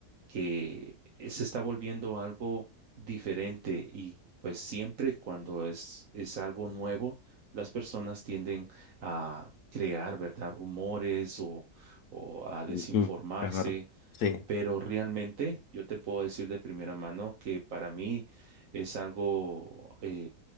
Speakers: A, on the right; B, on the left.
A: que eh, se está volviendo algo diferente y pues siempre cuando es, es algo nuevo, las personas tienden a crear, ¿verdad? Rumores o, o a desinformarse,
B: ujú, Es verdad. Sí.
A: pero realmente yo te puedo decir de primera mano que para mí es algo, eh,